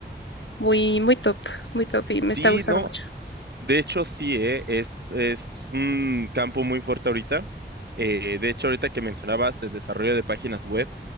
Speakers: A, on the left; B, on the right.
A: muy, muy top, muy top y me
B: sí,
A: está gustando
B: no,
A: mucho.
B: De hecho, sí, eh, Es, es un campo muy fuerte ahorita. Eh, de hecho, ahorita que mencionabas el desarrollo de páginas web,